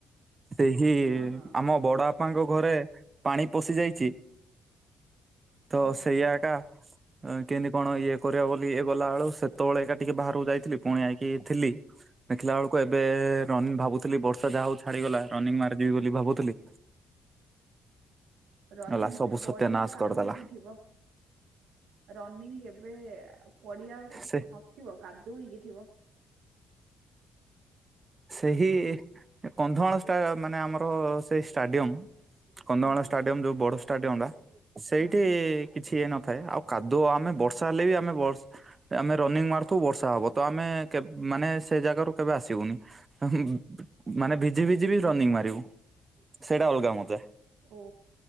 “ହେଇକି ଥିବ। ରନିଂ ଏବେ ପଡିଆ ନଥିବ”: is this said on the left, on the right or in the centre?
Right